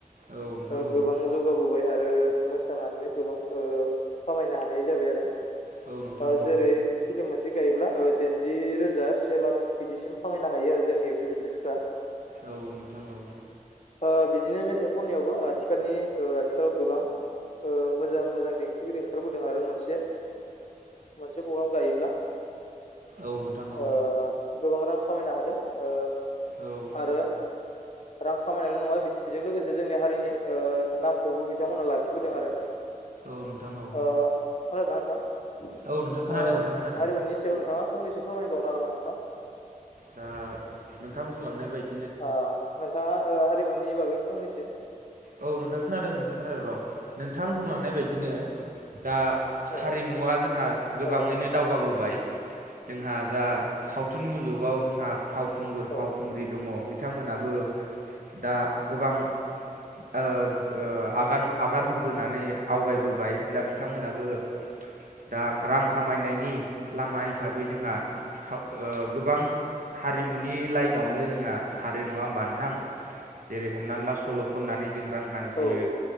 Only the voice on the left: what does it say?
ओ
गोबां जौगाबोबाय आरो ओ मोसानानैनो गोबां ओ खामायनो हानाय जाबाय आरो।
ओ
जेरै फिल्म मोनसे गायोब्ला ओ दाइनजि रोजा से लाख बिदिसिम खामायनो हायो आरो जोंनि एक्ट्रिकेटारसफ्रा।
ओ बिदिनो मेथाइ खननायावबो आथिखालनि ओ आथिखालाव गोबां ओ मोजां मोजां देंखोगिरि ओंखारबोदों आरो मोनसे मोनसे प्रग्राम गायोब्ला
ओ गोबां रां खामायनो हादों। ओ
आरो रां खामायल' नङा बि बेजों लोगोसे जोंनि हारिनि नामखौबो बिथांमोनहा लाखिबोदों आरो।
ओ खोनादोंना नोंथां?
ओ
हारिमुनि सायाव नोंथाङा फंनैसो फोरमायबावनो हागोन नामा नोंथां?
ओ नोंथाङा ओ हारिमुनि बागै फंनैसो
औ
औ
औ
औ